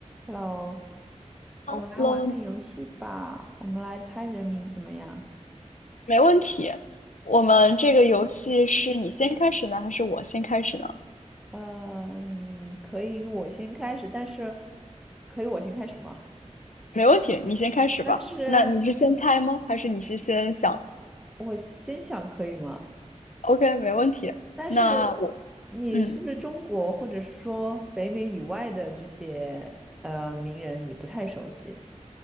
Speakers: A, in the centre; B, on the left.
A: Hello，
B: 哈喽，
A: 我们来玩个游戏吧，我们来猜人名怎么样？
B: 没问题。我们这个游戏是你先开始呢，还是我先开始呢？
A: 嗯，可以，我先开始，但是可以我先开始吗？
B: 没问题，你先开始吧。
A: 但是
B: 那你是先猜吗？还是你是先想
A: 我先想可以吗？
B: ？OK，没问题。
A: 但是你是不是中国或者是说北美以外的这些呃名人你不太熟悉？
B: 那我，嗯。